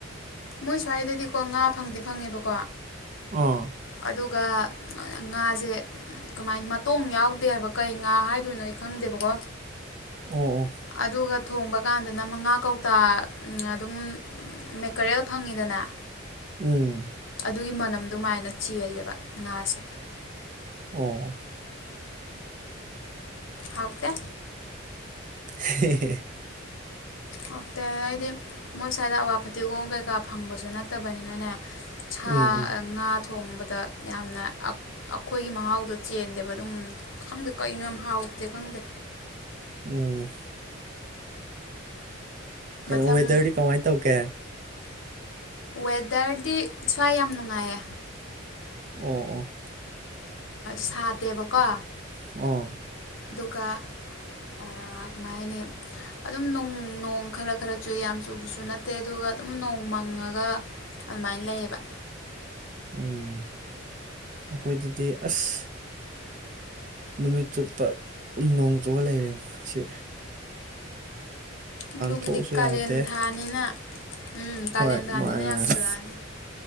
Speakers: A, on the left (about 75°); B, on the right (about 40°).
A: ꯃꯣꯏ ꯁ꯭ꯋꯥꯏꯗꯗꯤꯀꯣ ꯉꯥ ꯐꯪꯗꯤ ꯐꯪꯉꯦꯕꯀꯣ
B: ꯑ
A: ꯑꯗꯨꯒ ꯉꯥꯁꯦ ꯀꯃꯥꯏ ꯃꯇꯣꯡ ꯌꯥꯎꯗꯦꯕ ꯀꯩ ꯉꯥ ꯍꯥꯏꯗꯣꯏꯅꯣ ꯑꯩ ꯈꯪꯗꯦꯕꯀꯣ
B: ꯑꯣ ꯑꯣ
A: ꯑꯗꯨꯒ ꯊꯣꯡꯕ ꯀꯥꯟꯗꯅ ꯃꯉꯥ ꯀꯧꯇꯥ ꯑꯗꯨꯝ ꯀꯔꯦꯜ ꯐꯪꯉꯤꯗꯅ
B: ꯎꯝ
A: ꯑꯗꯨꯒꯤ ꯃꯅꯝꯗꯨꯃꯥꯏꯅ ꯆꯦꯜꯂꯦꯕ ꯉꯥꯁꯦ
B: ꯑꯣ
A: ꯍꯥꯎꯇꯦ
B: ꯍꯦ-ꯍꯦ
A: ꯍꯥꯎꯇꯦ ꯍꯥꯏꯗꯤ ꯃꯣꯏ ꯁ꯭ꯋꯥꯏꯗ ꯑꯋꯥ ꯐꯠꯇꯤꯒꯣꯝ ꯀꯩꯀꯥ ꯐꯪꯕꯁꯨ ꯅꯠꯇꯕꯅꯤꯅꯅꯦ ꯁꯥ
B: ꯎꯝ ꯎꯝ
A: ꯉꯥ ꯊꯣꯡꯕꯗ꯫ ꯌꯥꯝꯅ ꯑꯩꯈꯣꯏꯒꯤ ꯃꯍꯥꯎꯗꯣ ꯆꯦꯟꯗꯦꯕ ꯑꯗꯨꯝ ꯈꯪꯗꯦ ꯀꯔꯤꯅꯣ ꯌꯥꯝ ꯍꯥꯎꯇꯦ ꯈꯪꯗꯦ
B: ꯎꯝ꯫ ꯀꯦꯅꯣ
A: ꯃꯊꯪ
B: ꯋꯦꯗꯔꯗꯤ ꯀꯃꯥꯏꯅꯟ ꯇꯧꯒꯦ꯫
A: ꯋꯦꯗꯔꯗꯤ ꯁ꯭ꯋꯥꯏ ꯌꯥꯝ ꯅꯨꯡꯉꯥꯏꯌꯦ
B: ꯑꯣ ꯑꯣ
A: ꯁꯥꯗꯦꯕꯀꯣ
B: ꯑ
A: ꯑꯗꯨꯒ ꯑ ꯀꯃꯥꯏ ꯍꯥꯏꯅꯤ ꯑꯗꯨꯝ ꯅꯣꯡ ꯅꯣꯡ ꯈꯔ ꯈꯔ ꯆꯨꯢ ꯌꯥꯝ ꯆꯨꯕꯁꯨ ꯅꯠꯇꯦ ꯑꯗꯨꯒ ꯑꯗꯨꯝ ꯅꯣꯡ ꯃꯪꯉꯒ ꯑꯗꯨꯃꯥꯏꯅ ꯂꯩꯌꯦꯕ
B: ꯎꯝ ꯃꯈꯈꯣꯏꯗꯗꯤ ꯑꯁ ꯅꯨꯃꯤꯠ ꯆꯨꯞꯄ ꯗꯨꯝ ꯅꯣꯡ ꯆꯨꯔ ꯂꯥꯏꯔꯦꯡꯁꯤ
A: ꯑꯗꯨꯕꯨꯗꯤ
B: ꯊꯣꯛꯎꯁꯨ
A: ꯀꯥꯂꯦꯟ
B: ꯌꯥꯗꯦ
A: ꯊꯥꯅꯤꯅ ꯎꯝ ꯀꯥꯂꯦꯟ
B: ꯍꯣꯏ
A: ꯊꯥꯅꯤꯅ
B: ꯃꯥꯅꯦ
A: ꯌꯥꯝ
B: ꯃꯥꯅꯦ
A: ꯆꯨꯔꯛꯑꯅꯤ